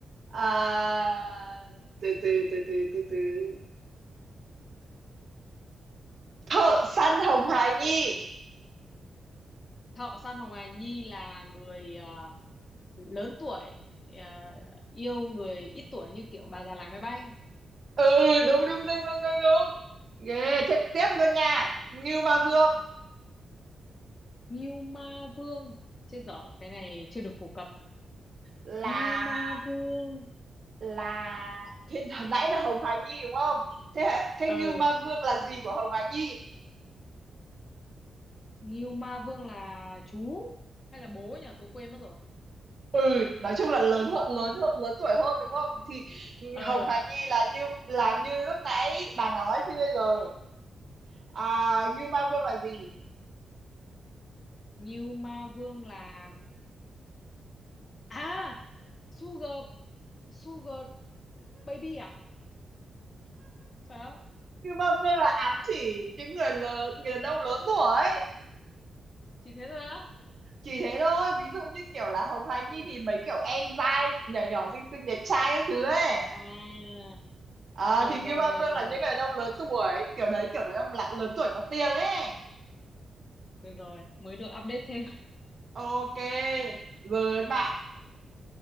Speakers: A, on the right (about 45°); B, on the left (about 35°).
A: à, từ từ từ từ từ từ thợ săn Hồng Hải Nhi
B: Thợ săn Hồng Hà Nhi là người ờ, lớn tuổi à, yêu người ít tuổi như kiểu bà già lái máy bay
A: ừ ừ, đúng đúng đúng đúng đúng đúng ghê thế tiếp luôn nha Ngưu Ma Vương
B: Ngưu Ma Vương chết dở cái này chưa được phổ cập
A: là
B: Ngưu Ma Vương
A: là thế hồi nãy là Hồng Hải Nhi đúng không thế thế
B: ờ
A: Ngưu Ma Vương là gì của Hồng Hải Nhi
B: Ngưu Ma Vương là chú hay là bố nhỉ tôi quên mất rồi
A: ừ nói chung là lớn hơn lớn hơn lớn tuổi hơn đúng không thì
B: ờ
A: Hồng Hà Nhi là như là như lúc nãy bà nói thì bây giờ à, Như Ma Vương là gì
B: Ngưu Ma Vương là à Sugar Sugar Baby à phải không
A: Như Ma Vương là ám chỉ những người lớn người đàn ông lớn tuổi
B: chỉ thế thôi á
A: chỉ thế thôi ví dụ như kiểu là Hồng Hà Nhi thì mấy kiểu em dai nhỏ nhỏ xinh xinh đẹp trai các thứ ấy
B: à
A: à,
B: rồi
A: thì Như
B: rồi
A: Ma
B: rồi
A: Vương
B: rồi
A: là những người đàn ông lớn tuổi kiểu đấy kiểu người đàn ông là lớn tuổi có tiền ấy
B: rồi rồi mới được update thêm
A: ok rồi bạn